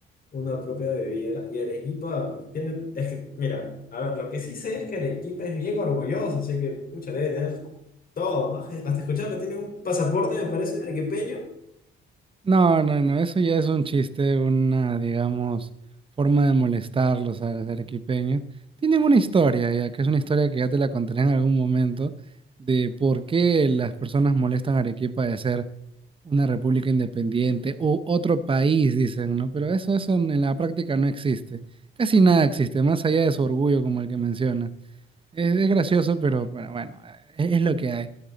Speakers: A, on the left; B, on the right.
A: una propia bebida. Y Arequipa, pues, tiene, es que, mira, a ver, lo que sí sé es que Arequipa es bien orgulloso, así que, pucha, debe tener todo, ¿no? Hasta he escuchado que tiene un pasaporte, me parece, arequipeño.
B: No, no, no, eso ya es un chiste, una, digamos, forma de molestarlos a los arequipeños. Tienen una historia, ya que es una historia que ya te la contaré en algún momento, de por qué las personas molestan a Arequipa de ser una república independiente o otro país, dicen, ¿no? Pero eso, eso en la práctica no existe. Casi nada existe, más allá de su orgullo como el que menciona. Es, es gracioso, pero, pero bueno, es es lo que hay.